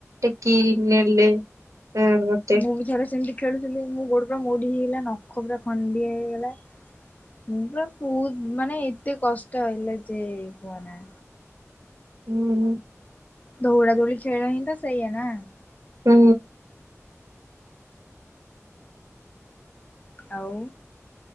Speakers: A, on the right; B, on the left.
A: ଟେକିକି ନେଲେ। ମତେ
B: ମୁଁ ବି ଥରେ ସେମିତି ଖେଳୁଥିଲି ମୋ ଗୋଡ ପୁରା ମୋଡି ହେଇଗଲା, ନଖ ପୁରା ଖଣ୍ଡିଆ ହେଇଗଲା। ମୁ ପୁରା ବହୁତ ମାନେ ଏତେ କଷ୍ଟ ହେଇଲା ଯେ କୁହନା।
A: ହୁଁ।
B: ଧୌଡା ଧୌଡି ଖେଳ ହିଁ ତ ସେଇଏ ନା।
A: ହୁଁ।
B: ଆଉ